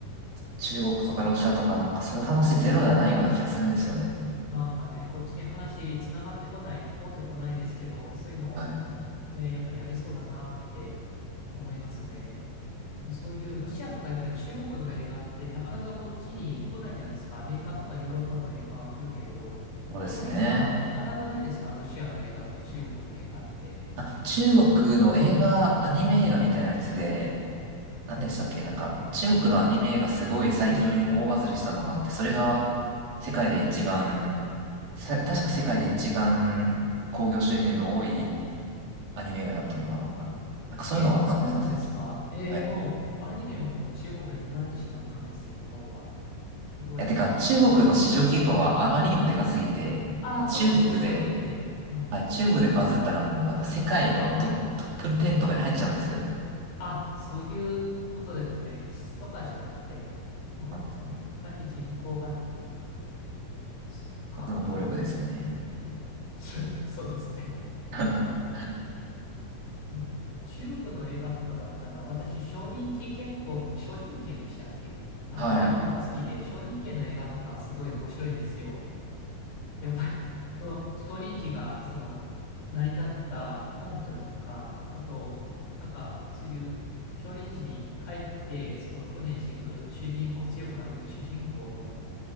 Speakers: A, on the right; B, on the left.
A: 中国とかロシアとかなんかそういう話ゼロではないような気がするんですよね。
B: なんかね、こっちに話つながってこない、通ってこないですけど、そういうのを、
A: はい。
B: ね、やっぱりありそうだなって思いますね。そういうロシアとかやっぱり中国の映画ってなかなかこっちに来ないじゃないですか。アメリカとかヨーロッパの映画は来るけれど、
A: そうですね。
B: あまり聞かな、聞かなくないですかロシアの映画とか中国の映画って。
A: なんか中国の映画、アニメ映画みたいなやつで、何でしたっけなんか中国のアニメ映画すごい最近大バズりしたのがあって、
B: ええ。
A: それが世界で一番、さ確か世界で一番興行収入の多いアニメ映画になったのかななんかそういうのがあったんですよ、
B: え、そうなんですかええ、
A: 最近。はい。
B: もうアニメももう中国に取られてしまったんですよ日本は。
A: い
B: すごい。
A: や、てか中国の市場規模はあまりにもでかすぎて、
B: ああ、
A: 中国で、
B: そっか、そ、そういう意味で。あ
A: はい、中国でバズったらもうなんか世界のトップ、トップ10とかに入っちゃうんですよ。
B: あ、そういうことですね。質とかじゃなくて、もう、
A: なんですね。
B: 単純に人口がっていう。そっか、
A: 数の暴力ですね。
B: ああ、<laughs> そそうですね。
A: <laughs> は
B: なのでね、中国の映画とかだったら、私、少林寺拳法、少林拳でしたっけあの、
A: い。
B: ああいうのが好きで、少林拳の映画とかすごい面白いんですよ。やっぱり、<laughs> その、少林寺が、その、成り立った根拠とか、あと、なんか、そういう、少林寺に入って、その、訓練していく主人公、強くなっていく主人公の、